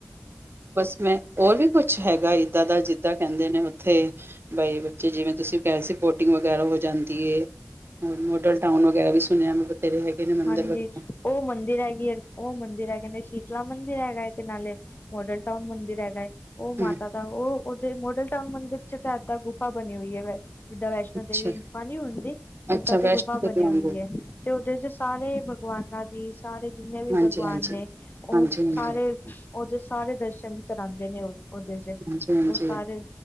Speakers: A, on the right; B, on the left.
A: ਬਸ ਮੈਂ ਹੋਰ ਵੀ ਕੁਛ ਹੈਗਾ ਇੱਦਾਂ ਦਾ ਜਿੱਦਾਂ ਕਹਿੰਦੇ ਨੇ ਉਥੇ ਬਾਈ ਬੱਚੇ ਜਿਵੇਂ ਤੁਸੀਂ ਕਹਿਹੇ ਸੀ ਬੋਟਿੰਗ ਵਗੈਰਾ ਹੋ ਜਾਂਦੀ ਏ। ਔਰ ਮੋਡਲ ਟਾਊਨ ਵਗੈਰਾ ਵੀ ਸੁਣਿਆ ਬਥੇਰੇ ਹੈਗੇ। ਨੇ ਮੰਦਿਰ
B: ਹਾਂਜੀ
A: ਵਗੈਰਾ
B: ਓ ਮੰਦਿਰ ਹੈਗੀ ਐ ਓ ਮੰਦਿਰ ਹੈਗੇ ਨੇ ਸ਼ੀਤਲਾ ਮੰਦਿਰ ਹੈਗਾ ਤੇ ਨਾਲੇ ਮੋਡਲ ਟਾਊਨ ਮੰਦਿਰ ਹੈਗਾ ਏ। ਉਹ ਮਾਤਾ
A: ਹਮ
B: ਦਾ ਉਹ ਉਹਦੇ ਮੋਡਲ ਟਾਊਨ ਮੰਦਿਰ 'ਚ ਇਦਾਂ ਗੁਫਾ ਬਣੀ ਹੋਈ ਹੈ ਵ ਜਿੱਦਾਂ ਵੈਸ਼ਨੋ
A: ਅੱਛਾ
B: ਦੇਵੀ ਗੁਫਾ ਨੀ ਹੁੰਦੀ
A: ਅੱਛਾ
B: ਉਦਾਂ
A: ਵੈਸ਼ਨੋ
B: ਦੀ ਗੁਫਾ
A: ਦੇਵੀ
B: ਬਣੀ
A: ਵਾਂਗੂ
B: ਹੋਈ ਹੈ ਤੇ ਉਦੇ 'ਚ ਸਾਰੇ ਭਗਵਾਨਾਂ ਦੀ, ਸਾਰੇ ਜਿੰਨੇ ਵੀ
A: ਹਾਂਜੀ
B: ਭਗਵਾਨ
A: ਹਾਂਜੀ
B: ਨੇ ਉਹ
A: ਹਾਂਜੀ ਹਾਂਜੀ
B: ਸਾਰੇ ਉਹਦੇ ਸਾਰੇ ਦਰਸ਼ਨ ਕਰਾਉਂਦੇ ਨੇ ਉਹ, ਓਦੇ ਚ
A: ਹਾਂਜੀ ਹਾਂਜੀ
B: ਉਹਰ ਸਾਰੇ